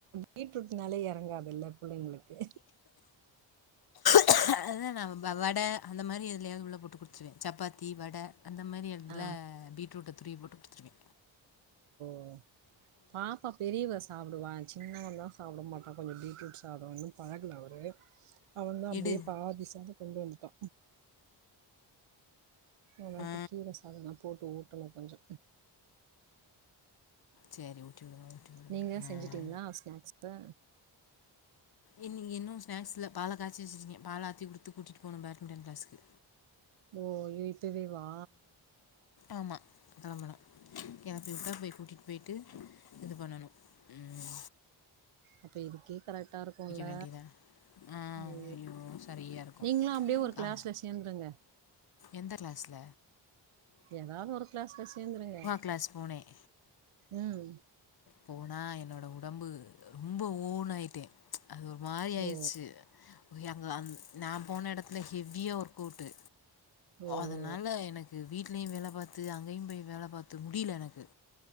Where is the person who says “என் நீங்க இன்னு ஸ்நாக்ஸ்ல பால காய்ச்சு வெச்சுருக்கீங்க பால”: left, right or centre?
Left